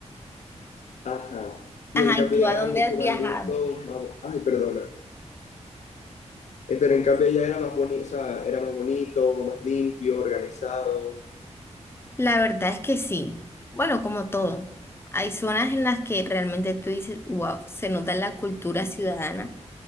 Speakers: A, on the left (about 75°); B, on the left (about 20°).
A: Ajá. Y
B: Ajá,
A: en cambio
B: ¿y tú
A: ella
B: a dónde
A: era mucho
B: has viajado?
A: más lindo, más bo- Ay, perdona. Eh, pero en cambio ella era más bonito, o sea, era más bonito, más limpio, organizado.
B: La verdad es que sí. Bueno, como todo. Hay zonas en las que realmente tú dices, wow, se nota la cultura ciudadana,